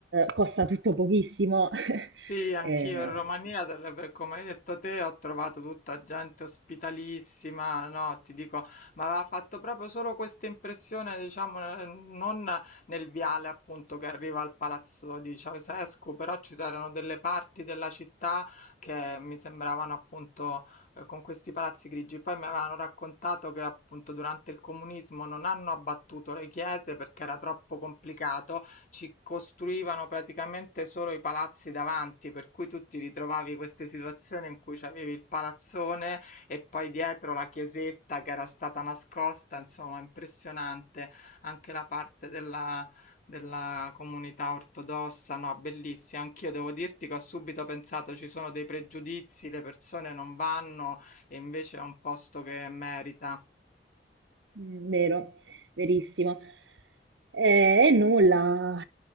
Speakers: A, on the right (about 80°); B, on the left (about 45°).
A: costa tutto pochissimo. <laughs>
B: Sì, anch'io
A: Eh,
B: in Romania, dovrebbe- come hai detto te, ho trovato tutta gente ospitalissima, no, ti dico, ma aveva fatto proprio solo questa impressione, diciamo, eh, non nel viale appunto che arriva al palazzo di Ceausescu, però ci erano delle parti della città che mi sembravano appunto eh, con questi palazzi grigi. Poi mi avevano raccontato che appunto durante il comunismo non hanno abbattuto le chiese perché era troppo complicato ci costruivano praticamente solo i palazzi davanti, per cui tu ti ritrovavi queste situazioni in cui c'avevi il palazzone e poi dietro la chiesetta che era stata nascosta, insomma, impressionante anche la parte della della comunità ortodossa, no, bellissima. Anch'io devo dirti che ho subito pensato ci sono dei pregiudizi, le persone non vanno e invece è un posto che merita.
A: Mm, Vero, verissimo. Eh, E nulla,